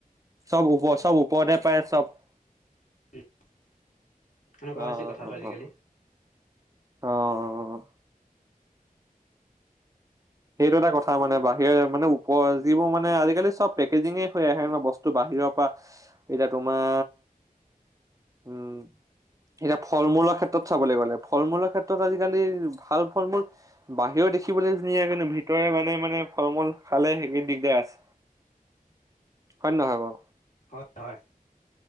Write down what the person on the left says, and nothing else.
এনেকুৱা
হৈছে কথাটো
আজিকালি।
হয় হয়।